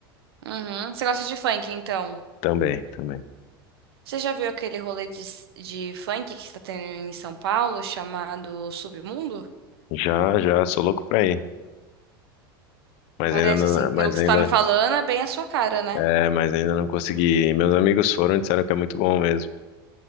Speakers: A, on the right; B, on the left.
A: Uhum. Você gosta de funk, então?
B: Também, também.
A: Você já viu aquele rolê de, s- de funk que está tendo em São Paulo, chamado Submundo?
B: Já, já, sou louco pra ir. Mas
A: Parece
B: ainda não,
A: assim, pelo
B: mas
A: que
B: ainda,
A: você tá me falando, é bem a sua cara, né?
B: é, mas ainda não consegui. ir. Meus amigos foram e disseram que é muito bom mesmo.